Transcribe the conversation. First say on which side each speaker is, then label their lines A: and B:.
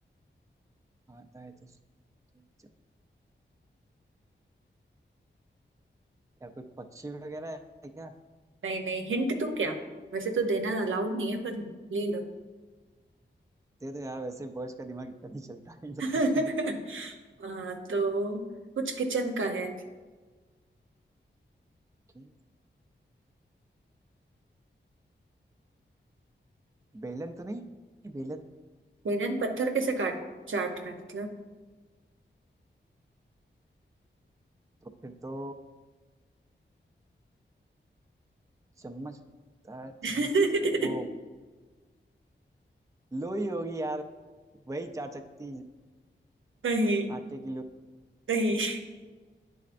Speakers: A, on the right; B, on the right.
A: आता है तो उसको- क्या कोई पक्षी वगैरह है क्या
B: नहीं नहीं हिंट दूं क्या वैसे तो देना अलाउड नहीं है पर ले लो
A: दे दो यार वैसे बॉयज का दिमाग इतना नहीं चलता है इन सब
B: <laughs>
A: चीजों में
B: हाँ तो कुछ किचन का है
A: कि बेलन तो नहीं बेलन
B: बेलन पत्थर कैसे काट चाट रहा है मतलब
A: तो फिर तो चम्मच होता है
B: <laughs>
A: चम्मच कैसे कहते हैं? वो लोई होगी यार वही चार चक्की
B: नहीं
A: आटे की लोई
B: नहीं